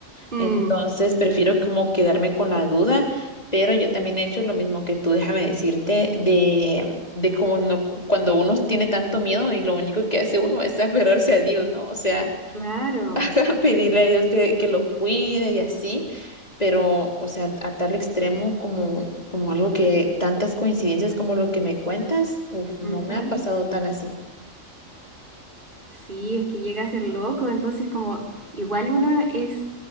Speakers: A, on the right; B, on the left.
A: Mm,
B: Entonces prefiero como quedarme con la duda, pero yo también he hecho lo mismo que tú, déjame decirte, de, de como no, cuando uno tiene tanto miedo y lo único que hace uno es <laughs> aferrarse a Dios, ¿no? O sea,
A: claro.
B: <laughs> pedirle a Dios que, que lo cuide y así, pero, o sea, a tal extremo como, como algo que tantas coincidencias como lo que me cuentas, uf, no
A: Ujú.
B: me ha pasado tan así.
A: Sí, es que llega a ser loco, entonces como igual uno es,